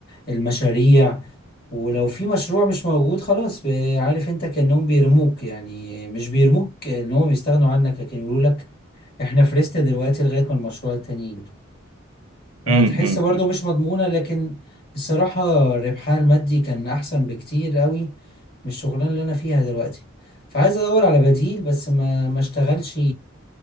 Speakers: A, on the left (about 45°); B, on the right (about 70°).
A: المشاريع ولو في مشروع مش موجود خلاص ب- عارف انت كأنهم بيرموك يعني مش بيرموك ان هم بيستغنوا عنك لكن يقولوا لك احنا فرست دلوقتي لغاية ما المشروع التاني يجي فتحس
B: امم أمم.
A: برضو
B: امم.
A: مش مضمونة لكن الصراحة ربحها المادي كان أحسن بكتير قوي من الشغلانة اللي أنا فيها دلوقتي فعايز أدور على بديل بس ما ما اشتغلش